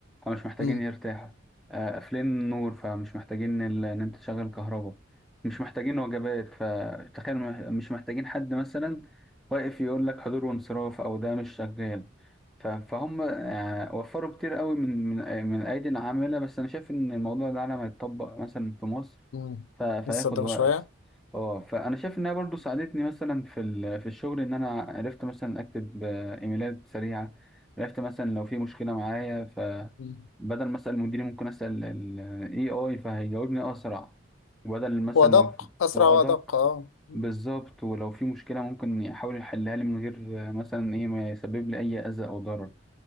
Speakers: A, in the centre; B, on the left.
A: فمش محتاجين
B: مم.
A: يرتاحوا آه، قافلين النور فمش محتاجين ال- ان انت تشغل كهرباء مش محتاجين وجبات فتخيل مح- مش محتاجين حد مثلا واقف يقول لك حضور وانصراف او ده مش شغال ف- فهم آه، وفروا كتير قوي من من آه، من ايدي العامله بس انا شايف ان الموضوع ده لما يتطبق مثلا في مصر
B: مم.
A: ف- فهياخد
B: لسه قدام
A: وقت
B: شوية
A: اه فانا شايف انها برضو ساعدتني مثلا في ال- في الشغل ان انا عرفت مثلا اكتب آه، ايميلات سريعه عرفت مثلا لو في مشكله معايا فبدل
B: مم.
A: ما اسال مديري ممكن اسال الاي اي فهيجاوبني اسرع وبدل مثلا
B: وأدق
A: لو في-
B: أسرع
A: وادق
B: وأدق أه مم.
A: بالظبط ولو في مشكله ممكن يحاول يحلها لي من غير آه، مثلا ايه ما يسبب لي اي اذى او ضرر